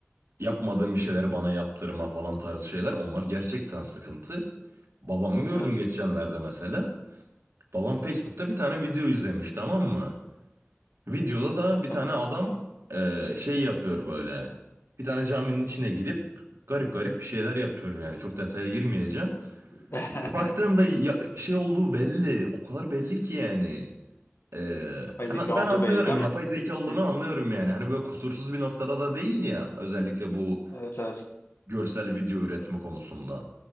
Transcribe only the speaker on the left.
Evet
evet.
Tamam.
<laughs>
Yapay
zeka
olduğu
belli değil
mi?
Hı,
evet evet.